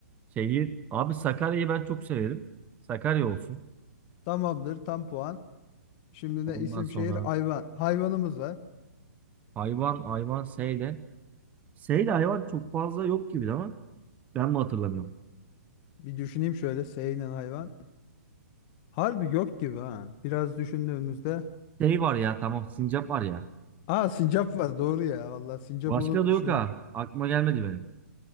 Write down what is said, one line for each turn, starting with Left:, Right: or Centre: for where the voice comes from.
Right: şehir abi Sakarya'yı ben çok severim. Sakarya olsun.
Left: Tamamdır tam puan. Şimdi
Right: Ondan
Left: ne isim
Right: sonra
Left: şehir hayvan. Hayvanımız var.
Right: hayvan hayvan Seyde. Seyde hayvan çok fazla yok gibi ama ben mi hatırlamıyorum.
Left: Bir düşüneyim şöyle S ile hayvan. Harbi yok gibi ha. Biraz düşündüğümüzde.
Right: Şey var ya tamam sincap var ya.
Left: Aa sincap var doğru ya. Vallahi sincapı
Right: Başka
Left: unutmuşum
Right: da yok ha. Aklıma gelmedi benim.